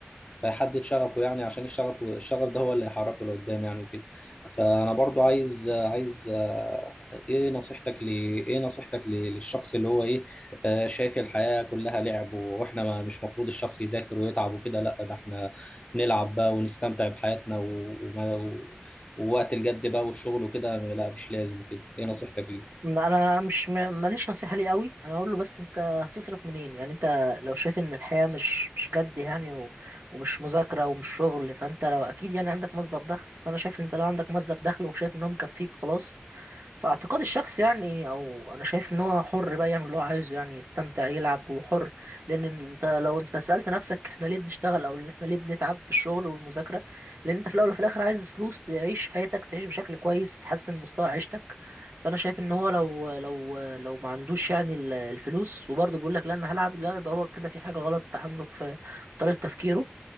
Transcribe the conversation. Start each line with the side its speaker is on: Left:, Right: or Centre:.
Left: فيحدد شغفه يعني عشان الشغف الشغف ده هو اللي هيحركه لقدام يعني وكده فانا برضو عايز عايز آه، ايه نصيحتك لي ايه نصيحتك لي- للشخص اللي هو ايه آه، شايف الحياة كلها لعب واحنا ما مش مفروض الشخص يذاكر ويتعب وكده لا ده احنا نلعب بقى ونستمتع بحياتنا و- وما و- ووقت الجد بقى والشغل وكده لا مش لازم وكده ايه نصيحتك ليه
Right: ما انا مش م- ماليش نصيحه ليه قوي انا اقول له بس انت هتصرف منين يعني انت لو شايف ان الحياه مش مش جد يعني و... ومش مذاكره ومش شغل فانت لو اكيد يعني عندك مصدر دخل فانا شايف ان انت لو عندك مصدر دخل وشايف ان هو مكفيك خلاص فاعتقاد الشخص يعني او انا شايف ان هو حر بقى يعمل اللي هو عايزه يعني يستمتع يلعب وحر لان انت لو انت سالت نفسك احنا ليه بنشتغل او احنا ليه بنتعب في الشغل والمذاكره لان انت في الاول وفي الاخر عايز فلوس تعيش حياتك تعيش بشكل كويس تحسن مستوى عيشتك فانا شايف ان هو لو لو لو ما عندوش يعني ال- الفلوس وبرضه بيقول لك لا انا هلعب لا يبقى هو كده في حاجه غلط عنده في في طريقه تفكيره